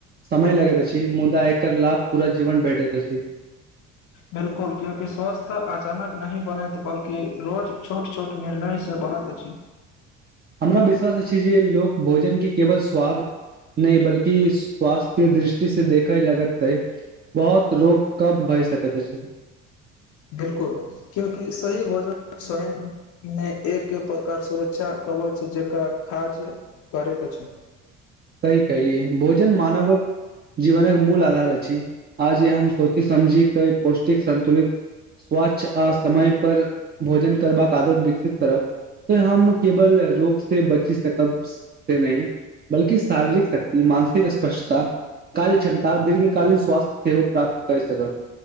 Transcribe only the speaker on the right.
समय लगैत अछि मुदा एकर लाभ पूरा जीवन भेटैत अछि
हमरा विश्वास अछि जे लोक भोजन के केवल स्वाद नहि बल्कि स्वास्थ्य दृष् कि से देखै लगैतै बहौत रोग कम भए सकैत अछि
सही कहलियए भोजन मानवक जीवनक मूल आधार अछि आज हम सोची समझी कई पौष्टिक संन्तुलित स्वच्छ आ समय पर भोजन करबाक आदत विकसित करब ते हम केवल रोग से बची सकब से नहि बल्कि शारीरिक शक्ति मानसिक स्पष्टता कारी क्षमता दीर्घ कालीन स्वासथ्य सेहो प्राप्त कैर सकब